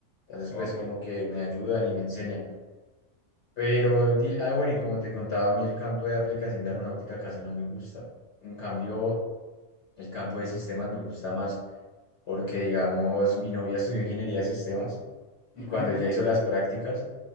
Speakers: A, on the left (about 70°); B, on the left (about 45°).
A: Entonces,
B: Ok,
A: pues como que me ayudan y me enseñan. Pero, di- ah, bueno, y como te contaba, a mí el campo de aplicación de aeronáutica casi no me gusta. En cambio, el campo de sistemas me gusta más porque, digamos, mi novia estudió ingeniería de sistemas y
B: ujú,
A: cuando ella hizo las
B: sí.
A: prácticas,